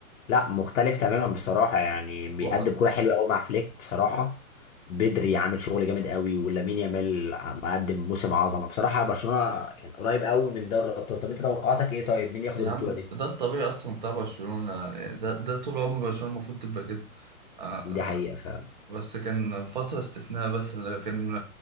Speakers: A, on the left; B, on the right.
A: لا مختلف تماما بصراحة يعني بيقدم
B: هو
A: كورة حلوة قوي مع فليك بصراحة بدري عامل شغل جامد قوي ولامين يامال مقدم موسم عظمة بصراحة برشلونة يعني قريب قوي من دوري الأبطال طب أنت توقعاتك إيه طيب مين ياخد
B: يا
A: البطولة
B: عم
A: دي؟
B: ده الطبيعي اصلا بتاع برشلونة يعني ده ده طول عمر برشلونة المفروض تبقى كده آه،
A: دي حقيقة فعلا
B: بس كان فترة استثناء بس اللي كان